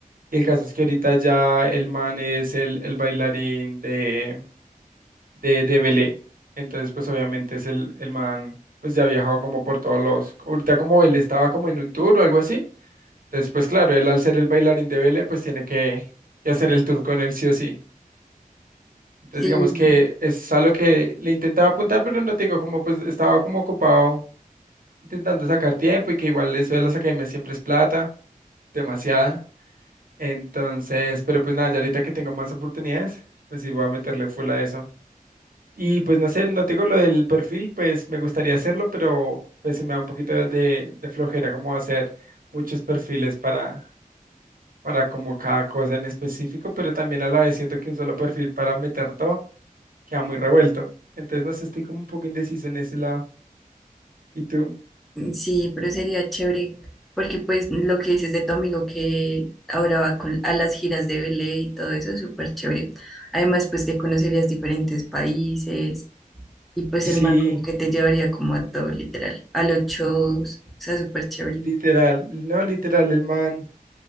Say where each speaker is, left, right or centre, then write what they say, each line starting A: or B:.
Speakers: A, on the right (about 75°); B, in the centre.
A: Y el caso es que ahorita ya el man es el, el bailarín de de, de Belé. Entonces, pues obviamente es el, el man, pues ya ha viajado como por todos los, ahorita como Belé estaba como en un tour o algo así. Entonces, pues claro, él al ser el bailarín de Belé, pues tiene que, que hacer el tour con él sí o sí. Entonces,
B: Sí.
A: digamos que es algo que le intentaba apuntar, pero no te digo, como pues estaba como ocupado intentando sacar tiempo y que igual eso de las academias siempre es plata, demasiada. Entonces, pero pues nada, ya ahorita que tengo más oportunidades, pues sí voy a meterle full a eso. Y pues no sé, no tengo lo del perfil, pues me gustaría hacerlo, pero pues se me da un poquito de, de flojera como hacer muchos perfiles para, para como cada cosa en específico, pero también a la vez siento que un solo perfil para meter todo queda muy revuelto. Entonces no sé, estoy como un poco indeciso en ese lado. ¿Y tú?
B: Mm, Sí, pero sería chévere, porque pues lo que dices de tu amigo que ahora va con, a las giras de Belé y todo eso es súper chévere. Además, pues que conocerías diferentes países y pues
A: Sí,
B: el man como que te llevaría como a todo literal, a los shows,
A: li-
B: o sea, súper chévere.
A: literal, no literal, el man,